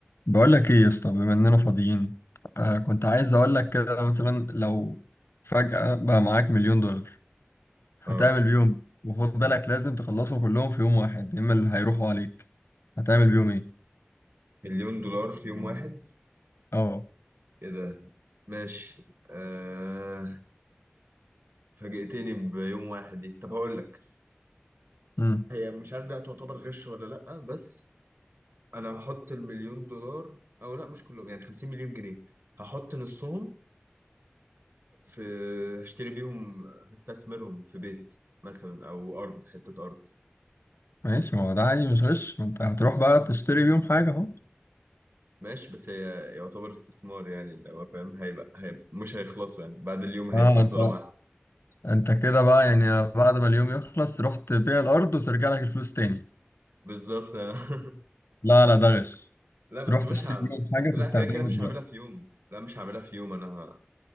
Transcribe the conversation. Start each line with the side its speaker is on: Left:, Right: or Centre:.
Left: بقول لك ايه يا اسطى بما اننا فاضيين آه كنت عايز اقول لك كده مثلا لو فجأة بقى معاك مليون دولار هتعمل
Right: اه
Left: بيهم وخد بالك لازم تخلصهم كلهم في يوم واحد يا اما اللي هيروحوا عليك هتعمل بيهم ايه
Right: مليون دولار في يوم واحد
Left: اه
Right: ايه ده ماشي آه فاجئتني بيوم واحد دي طب هقول لك
Left: امم
Right: هي مش عارف ده تعتبر غش ولا لا بس انا هحط المليون دولار او لا مش كلهم يعني 50 مليون جنيه هحط نصهم في هشتري بيهم هستثمرهم في بيت مثلا او ارض حتة ارض
Left: ماشي ما هو ده عادي مش غش ما انت هتروح بقى تشتري بيهم حاجة اهو
Right: ماشي بس هي يعتبر استثمار يعني لو فاهم هيبقى, هيبقى مش هيخلصوا يعني بعد اليوم هيبقى
Left: اه
Right: هيفضلوا
Left: انت
Right: معاك
Left: انت كده بقى يعني بعد ما اليوم يخلص تروح تبيع الارض وترجع لك الفلوس تاني
Right: بالظبط <laughs>
Left: لا لا ده غش
Right: لا بس
Left: تروح
Right: مش
Left: تشتري
Right: ه...
Left: بيهم
Right: بس
Left: حاجة
Right: لا
Left: تستخدمها
Right: كده كده مش
Left: دلوقتي
Right: هعملها في يوم لا مش هعملها في يوم انا ه-